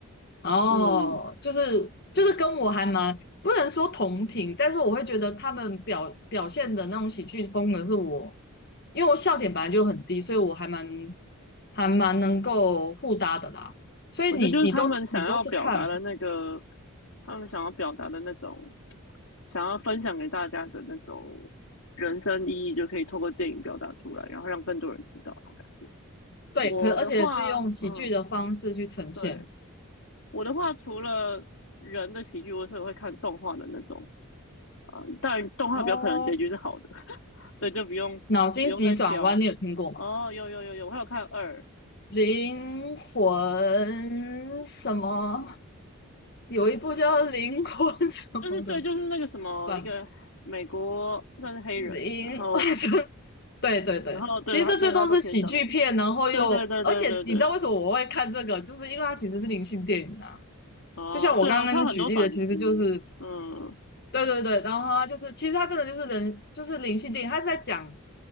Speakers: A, on the left; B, on the left.
A: 哦，
B: 嗯，
A: 就是就是跟我还蛮不能说同频，但是我会觉得他们表表现的那种喜剧风格是我，因为我笑点本来就很低，所以我还蛮还蛮能够互搭的啦。所以你你都你都是看，
B: 我觉得就是他们想要表达的那个，他们想要表达的那种想要分享给大家的那种人生意义，就可以透过电影表达出来，然后让更多人知道那种感觉。
A: 对，
B: 我的话，
A: 可而且是用喜剧的方式去呈现。
B: 嗯，对，我的话，除了人的喜剧，我是会看动画的那种，啊。但动画比较可能结局是好的，
A: 哦，
B: <laughs> 所以就不用不用再挑。
A: 脑筋急转弯你有听过吗？
B: 哦，有有有有，我还有看二，
A: 灵魂什么？有一部叫《灵魂》什么的，
B: 就是对，就是那个什么一个美国算是黑人，
A: 算了。零，
B: 然后
A: <laughs> 我就对对对，
B: 然后对他对他都天上那个，
A: 其实这最多是喜剧片，然后又，
B: 对对对对对对，
A: 而且你知道为什么我会看这个，就是因为它其实是灵性电影啊。
B: 哦，
A: 就像我刚刚举例的，
B: 对哦，他很多反思，
A: 其实就是
B: 嗯，
A: 对对对，然后它就是，其实它真的就是人，就是灵性电影，它是在讲